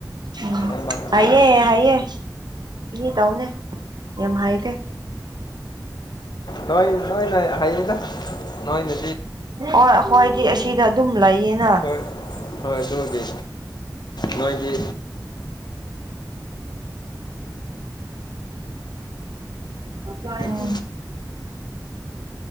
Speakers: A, on the right; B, on the left.
A: ꯎꯝ
B: ꯈꯪꯕ ꯈꯪꯕ
A: ꯍꯥꯏꯌꯦ ꯍꯥꯏꯑꯦ ꯏ ꯇꯧꯅꯦ ꯌꯥꯝ ꯍꯥꯏꯒꯦ
B: ꯅꯣꯏ ꯅꯣꯏ ꯅ ꯍꯌꯦꯗ ꯅꯣꯏꯅꯦ
A: ꯍ ꯍꯣꯏꯗꯤ ꯑꯁꯤꯗ ꯑꯗꯨꯝ ꯂꯩꯌꯦꯅ
B: ꯍꯣꯏ ꯍꯣꯏ ꯑꯗꯨꯗꯤ ꯅꯣꯏꯒꯤ
A: ꯎꯝ
B: <unintelligible>